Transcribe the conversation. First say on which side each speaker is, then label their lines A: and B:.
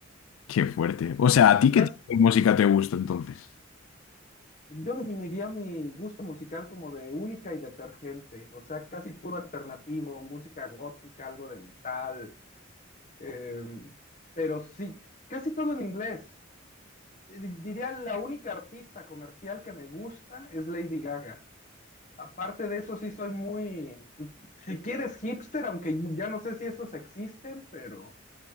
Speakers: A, on the left (about 75°); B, on the left (about 35°).
A: Qué fuerte. O sea, ¿a ti
B: Más.
A: qué tipo de música te gusta entonces?
B: Yo definiría mi gusto musical como de única y detergente, o sea, casi puro alternativo, música gótica, algo de metal, eh, pero sí, casi todo en inglés. Eh, Diría la única artista comercial que me gusta es Lady Gaga. Aparte de eso, sí soy muy, pues, si quieres hipster, aunque ya no sé si esos existen, pero